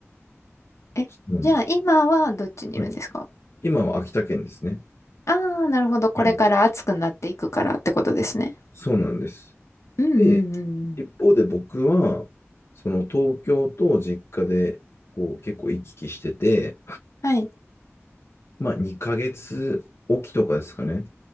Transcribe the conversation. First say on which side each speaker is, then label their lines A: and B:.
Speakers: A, on the left (about 75°); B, on the left (about 60°).
A: え、
B: なんです。
A: じゃあ今はどっちにいるんですか
B: はい。今は秋田県ですね。
A: ああー、なるほど。これから暑くなっていくからってことですね。
B: はい。そうなんです。
A: うんうんうんうん。
B: で、一方で僕は、その東京と実家で、こう結構行き来してて、
A: はい、
B: まあ2ヶ月おきとかですかね。